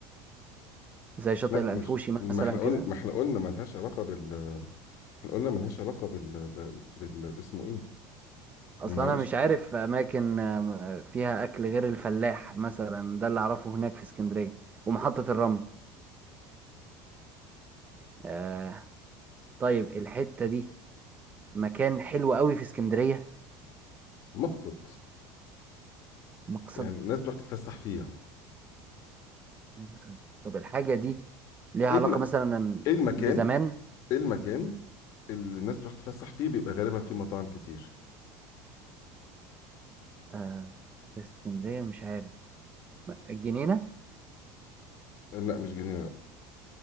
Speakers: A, on the right; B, on the left.
A: زي شاطئ
B: لا
A: الأنفوشي
B: مش
A: مثلا
B: ما احنا قلنا
A: كده
B: ما احنا قلنا ملهاش علاقة بال احنا قلنا ملهاش علاقة بال ب- بال باسمه ايه
A: أصلا
B: معلش
A: أنا مش عارف أماكن آم، فيها أكل غير الفلاح مثلا ده اللي أعرفه هناك في إسكندرية ومحطة الرمل آه طيب الحتة دي مكان حلو قوي في اسكندرية
B: مقصد
A: مقصد
B: يعني الناس تروح تتفسح فيه يعني
A: نسبة رزق. طب الحاجة دي ليها
B: ايه
A: علاقة
B: الم...
A: مثلا
B: ايه المكان
A: بزمان
B: ايه المكان اللي الناس تروح تتفسح فيه بيبقى غالبا فيه مطاعم كتير
A: آه في اسكندرية مش عارف م- الجنينة
B: لا مش جنينة لا